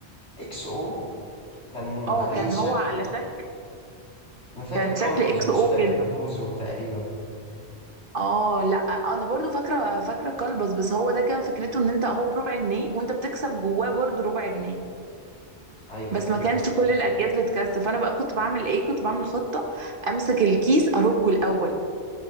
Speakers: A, on the left (about 70°); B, on the right (about 50°).
A: إكس أو كان
B: اه
A: عليه
B: كان
A: شكل
B: هو على شكل
A: أنا فاكر
B: كان
A: كلبز
B: شكل اكس
A: مش
B: او
A: فاكر
B: كده
A: بوزو تقريبا
B: اه لا انا برضو فاكره فاكره كلبس بس هو ده كان فكرته ان انت هو بربع جنيه وانت بتكسب جواه برضو ربع جنيه
A: أيوه
B: بس
A: فهمت
B: ما كانش كل الاكياس بتكسب فانا بقى كنت بعمل ايه كنت بعمل خطه امسك الكيس ارجه الاول